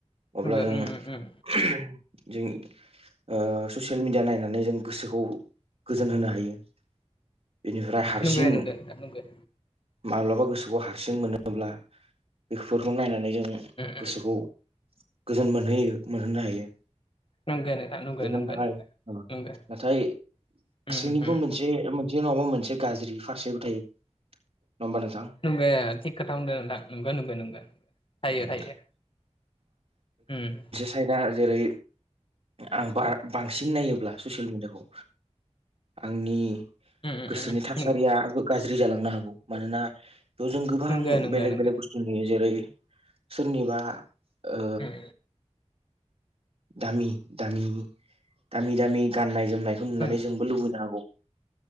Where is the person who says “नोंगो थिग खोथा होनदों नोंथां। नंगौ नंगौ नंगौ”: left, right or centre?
Left